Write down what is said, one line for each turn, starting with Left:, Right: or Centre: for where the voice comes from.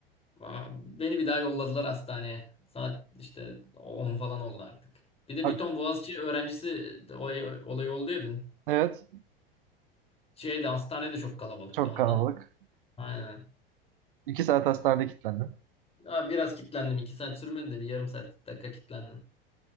Left: Aa, beni bir daha yolladılar hastaneye. Saat işte 10 falan oldu artık. Bir de
Right: ha-
Left: bir ton Boğaziçi öğrencisi de olay, olay oldu ya dün.
Right: evet
Left: Şeyde hastanede çok kalabalıktı
Right: çok
Left: ondan.
Right: kalabalık.
Left: Aynen.
Right: İki saat hastanede kilitlendim.
Left: Ya biraz kilitlendim. iki saat sürmedi de bir yarım saat 40 dakika kilitlendim.